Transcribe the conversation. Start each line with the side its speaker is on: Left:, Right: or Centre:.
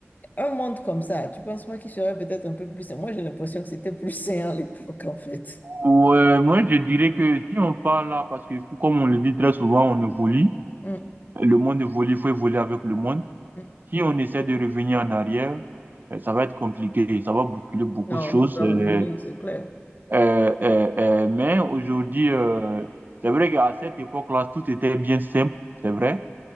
Left: Un monde comme ça, tu penses pas qu'il serait peut-être un peu plus sain? Moi, j'ai l'impression que c'était plus sain à l'époque, en fait.
Right: Ouais, moi, je dirais que si on parle là, parce que comme on le dit très souvent, on évolue.
Left: Mm,
Right: Le monde évolue, il faut évoluer avec le monde.
Left: mm.
Right: Si on essaie de revenir en arrière, euh, ça va être compliqué. Ça va bousculer beaucoup
Left: Non,
Right: de choses.
Left: on peut pas
Right: euh,
Left: revenir, c'est clair.
Right: euh, euh, euh, mais aujourd'hui, euh, c'est vrai qu'à cette époque-là, tout était bien simple. C'est vrai